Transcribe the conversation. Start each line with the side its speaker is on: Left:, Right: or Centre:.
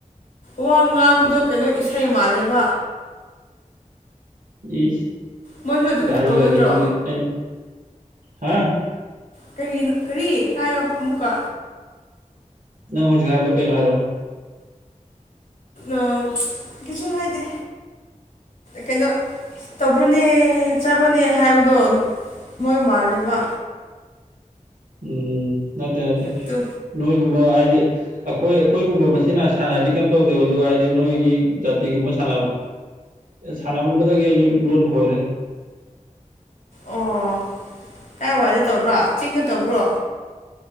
Left: ꯋꯥ ꯉꯥꯡꯕꯗꯣ ꯀꯩꯅꯣ ꯏꯁꯩ ꯃꯥꯜꯂꯦꯕ
Right: ꯏ
Left: ꯃꯣꯏꯁꯨ ꯑꯗꯨꯝ
Right: ꯔ
Left: ꯇꯧꯕ
Right: ꯍꯥꯏꯖ ꯂꯩꯗ
Left: ꯅꯠꯇ꯭ꯔꯣ
Right: ꯑꯗꯨꯗꯤ ꯑ ꯍꯥ
Left: ꯀꯔꯤꯅ ꯀꯔꯤ ꯍꯥꯏꯣ ꯑꯃꯃꯨꯀꯥ
Right: ꯅꯪ ꯍꯧꯖꯤꯛ ꯍꯥꯏꯕꯗꯨꯣ ꯀꯩꯅꯣ ꯍꯥꯏꯔꯣ
Left: ꯑ ꯀꯆꯨ ꯍꯥꯏꯗꯤ ꯀꯩꯅꯣ ꯇꯧꯕ꯭ꯔꯣꯅꯦ ꯆꯥꯕ꯭ꯔꯣꯅꯦ ꯍꯥꯏꯕꯗꯣ ꯃꯣꯏ ꯃꯥꯜꯂꯦꯕ
Right: ꯎꯝ ꯅꯠꯇꯦ ꯅꯠꯇꯦ
Left: ꯑꯗꯨ
Right: ꯅꯣꯏꯣꯏ ꯀꯨꯝꯕ ꯍꯥꯏꯗꯤ ꯑꯩꯈꯣꯏ ꯑꯩꯈꯣꯏꯒꯨꯝꯕ ꯃꯁꯤꯅ ꯁꯥꯟꯅꯗꯤ ꯀꯩꯝ ꯇꯧꯗꯦꯕ ꯑꯗꯨꯒ ꯍꯥꯏꯗꯤ ꯅꯣꯏꯒꯤ ꯖꯥꯇꯤꯒꯨꯝꯕ ꯁꯥꯟꯅꯕ ꯁꯥꯟꯅꯃꯝꯕꯗꯒꯤ ꯑꯩꯁꯨ ꯂꯣꯟ ꯈꯣꯏꯔꯦ
Left: ꯑꯣ ꯀꯥꯏ ꯋꯥꯏꯗ ꯇꯧꯕ꯭ꯔꯣ ꯆꯤꯡꯅ ꯇꯧꯕ꯭ꯔꯣ